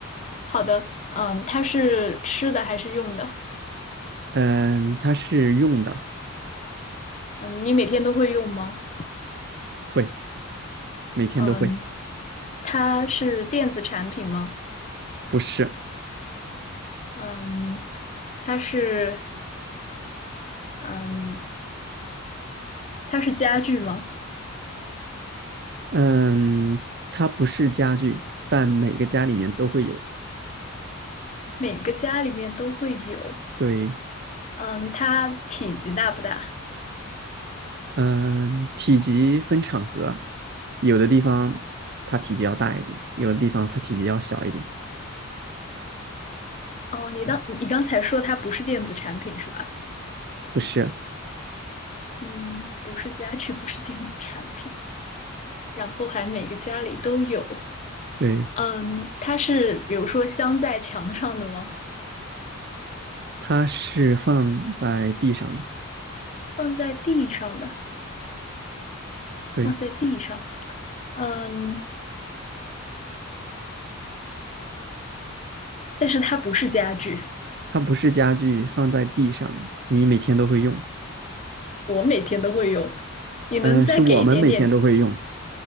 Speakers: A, on the left (about 35°); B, on the right (about 50°).
A: 好的，嗯，它是吃的还是用的？
B: 嗯，它是用的，
A: 嗯，你每天都会用吗？
B: 会，每天都会。
A: 嗯，它是电子产品吗？
B: 不是，
A: 嗯，它是嗯，它是家具吗？
B: 嗯，它不是家具，但每个家里面都会有。
A: 每个家里面都会有。
B: 对，
A: 嗯，它体积大不大？
B: 嗯，体积分场合，有的地方它体积要大一点，有的地方它体积要小一点。
A: 哦，你当你刚才说它不是电子产品是吧？
B: 不是，
A: 嗯，不是家具，不是电子产品，然后还每个家里都有。
B: 对，
A: 嗯，它是比如说镶在墙上的吗？
B: 它是放在地上的，
A: 放在地上的，
B: 对，
A: 放在地上。嗯，但是它不是家具，
B: 它不是家具，放在地上，你每天都会用。
A: 我每天都会用。你能再给一点点
B: 嗯，是我们每天都会用。